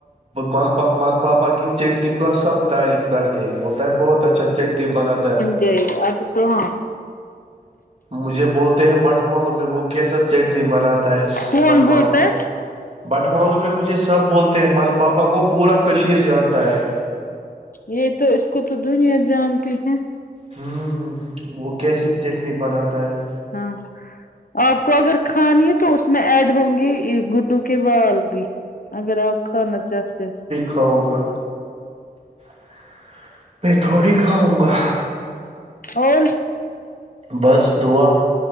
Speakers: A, on the right; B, on the left.
A: ما من پاپا کی چٹنی کا سب تعریف کرتے تو بولتا ہے بہت اچھا اچھے ٹیم بناتا ہے
B: ج جی اب تو ہاں
A: مجھے بولتے ہیں بٹمالوں میں وہ کیسا چیٹنی بناتا ہے
B: کون
A: من
B: بولتا
A: پاپا
B: ہے
A: بٹمالو میں مجھے سب بولتے ہیں مل پاپا کو پورا کشیر جانتا ہے
B: یہ تو اس کو تو دنیا جانتی ہے
A: ہوں ہ وہ کیسی چٹنی بناتا ہے
B: ہاں <inaudible> آپ کو اگر کھانی ہے تو اس میں ایڈ ہوں گے گڈو کے وال بھی اگر آپ کھانا چاہتے
A: کاؤ گا <inaudible> میں تھوڑی کھاؤں گا
B: اور
A: بس دعا